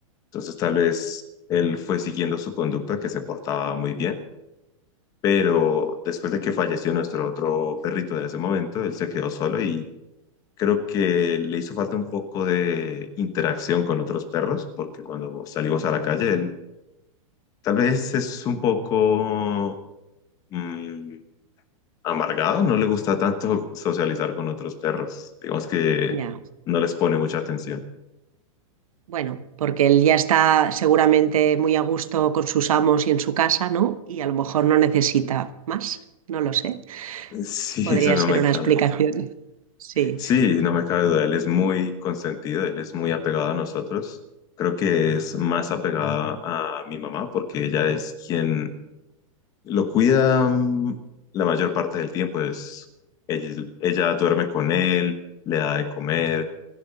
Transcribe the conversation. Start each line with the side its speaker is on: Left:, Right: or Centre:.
Left: entonces tal vez él fue siguiendo su conducta, que se portaba muy bien. Pero después de que falleció nuestro otro perrito de ese momento, él se quedó solo y Creo que le hizo falta un poco de interacción con otros perros, porque cuando salimos a la calle, él tal vez es un poco mm, amargado, no le gusta tanto <laughs> socializar con otros perros. Digamos que
Right: Ya.
Left: no les pone mucha atención.
Right: Bueno, porque él ya está seguramente muy a gusto con sus amos y en su casa, ¿no? Y a lo mejor no necesita más, no lo sé.
Left: <laughs> Sí,
Right: Podría
Left: eso no
Right: ser
Left: me
Right: una
Left: cabe.
Right: <laughs> explicación. Sí.
Left: Sí, no me cabe duda. Él es muy consentido, él es muy apegado a nosotros. Creo que es más apegada a mi mamá porque ella es quien Lo cuida mm, la mayor parte del tiempo, es ella, ella duerme con él, le da de comer